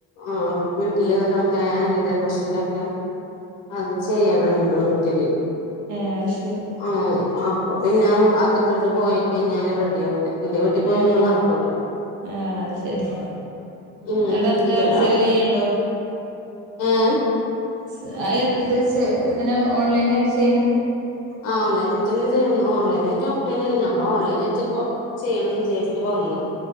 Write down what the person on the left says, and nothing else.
ആഹ് വീട്ടിൽ ഇങ്ങത്തെ മറ്റേ ആന്റി ടെർനഷീന്റെ ഒക്കെ അത് ചെയ്യ്ണ്ണ്ട് വീട്ടില്
ആഹ് അ പൊ പിന്നെ അതൊക്കെ ഇട്ട് പോയി കഴിഞ്ഞാല് റെഡി ആവൂല്ല ന്റെ വീട്ടി പോയ
ഒന്നും നടക്കൂല
ഉം
ഇവിടാ
എഹ്
ആഹ് ഓൺലൈനായിട്ട് തന്നാ ചെയ്യന്നാ ഓൺലൈനായിട്ടും ഓഫ്‌ലൈനയിട്ട് നമ്മള് ഓൺലൈനായിട്ട് ഇപ്പ ചെയ്യണംന്ന് വിചാരിച്ചിട്ടപ്പം വന്നത്